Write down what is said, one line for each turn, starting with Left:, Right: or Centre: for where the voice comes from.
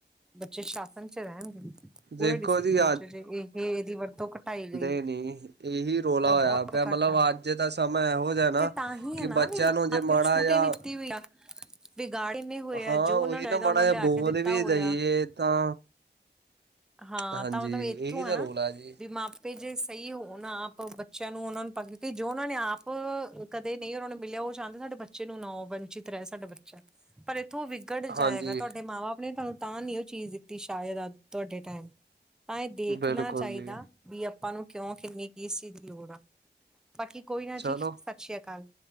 Centre: ਬੱਚੇ ਸ਼ਾਸਨ ਚ ਰਹਿਣਗੇ, ਪੂਰੇ
Right: ਦੇਖੋ
Centre: ਡਿਸਪਲਿਨ
Right: ਜੀ
Centre: 'ਚ ਇਹ ਇਹਦੀ ਵਰਤੋਂ ਘਟਾਈ ਗਈ।
Right: ਇਹ ਨੀ ਇਹੀ ਰੌਲਾ
Centre: ਤਾਂ
Right: ਹੋਇਆ
Centre: ਬੋਤ
Right: ਪਿਆ ਮਤਲਬ
Centre: ਘੱਟ ਆ,
Right: ਅੱਜ ਦਾ ਸਮਾਂ ਇਹੋ ਜਿਹਾ ਨਾ
Centre: ਤੇ ਤਾਂਹੀ
Right: ਕਿ
Centre: ਐ ਨਾ
Right: ਬੱਚਿਆਂ ਨੂੰ ਜੇ
Centre: ਆਪਣੇ
Right: ਮਾੜਾ
Centre: ਛੋਟੇ
Right: ਜਾਂ
Centre: ਨੀ ਤੇ ਵੀ ਐ <unintelligible> ਵਿਗਾੜੇ ਇੰਨੇ ਹੋਏ ਆ
Right: ਹਾਂ
Centre: ਜੋ
Right: ਉਹੀ
Centre: ਉਹਨਾ ਨੂੰ ਚਾਹੀਦਾ
Right: ਨਾ ਮਾੜਾ
Centre: ਉਹਨੂੰ
Right: ਜਿਹਾ
Centre: ਲਿਆ
Right: ਬੋਲ
Centre: ਕੇ ਦਿੱਤਾ
Right: ਵੀ
Centre: ਹੋਇਆ।
Right: ਦਈਏ ਤਾਂ
Centre: ਹਾਂ
Right: ਹਾਂਜੀ
Centre: ਤਾਂ ਮਤਲਬ ਇੱਥੋਂ
Right: ਇਹੀ ਤਾਂ
Centre: ਐ ਨਾ,
Right: ਰੋਲ ਆ ਜੀ
Centre: ਵੀ ਮਾਪੇ ਜੇ ਸਹੀ ਹੋਣ ਨਾ ਬੱਚਿਆਂ ਨੂੰ ਉਹਨਾਂ ਨੂੰ ਆਦਤ ਦਿੱਤੀ ਜੋ ਉਹਨਾਂ ਨੇ ਆਪ ਕਦੇ ਨਹੀਂ ਉਹਨਾਂ ਨੂੰ ਮਿਲਿਆ ਉਹ ਚਾਹੁੰਦੇ ਸਾਡੇ ਬੱਚੇ ਬੱਚੇ ਨੂੰ ਨੋ ਵੰਚਿਤ ਰਹਿ ਸਕਦਾ ਬੱਚਾ ਇੱਥੋਂ ਪਰ ਵਿਗੜ ਜਾਏਗਾ
Right: ਹਾਂਜੀ।
Centre: ਤੁਹਾਡੇ ਮਾਂ ਬਾਪ ਨੇ ਤੁਹਾਨੂੰ ਤਾਂ ਨੀ ਉਹ ਚੀਜ਼ ਦਿੱਤੀ ਸ਼ਾਇਦ ਅ ਤੁਹਾਡੇ ਟਾਈਮ ਤਾਈ ਦੇਖਣਾ
Right: ਬਿਲਕੁਲ
Centre: ਚਾਈਦਾ।
Right: ਜੀ
Centre: ਵੀ ਆਪਾਂ ਨੂੰ ਕਿਉਂ ਕਿਨੀ ਕਿਸ ਚੀਜ਼ ਦੀ ਲੋੜ ਆ, ਬਾਕੀ ਕੋਈ ਨਾ
Right: ਚਲੋ
Centre: ਜੀ ਸਤਿ ਸ੍ਰੀ ਅਕਾਲ।